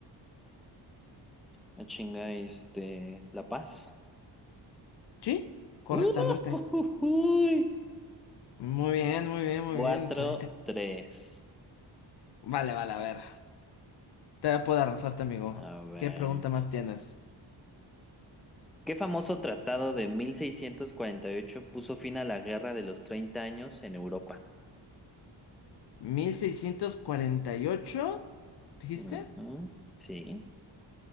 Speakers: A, in the centre; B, on the left (about 60°).
A: La chinga, este, La Paz.
B: ¿Sí? Correctamente.
A: ¡Uh! ujujuy!
B: Muy bien, muy bien, muy
A: 4-3.
B: bien. Saliste. Vale, vale, a ver. Te puedo arrasarte, amigo.
A: A ver.
B: ¿Qué pregunta más tienes?
A: ¿Qué famoso tratado de 1648 puso fin a la Guerra de los treinta años en Europa?
B: 1648, ¿Dijiste?
A: Ujú, Sí,